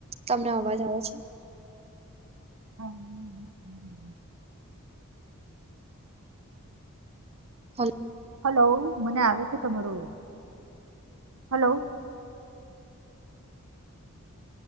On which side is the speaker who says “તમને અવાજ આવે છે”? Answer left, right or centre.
Right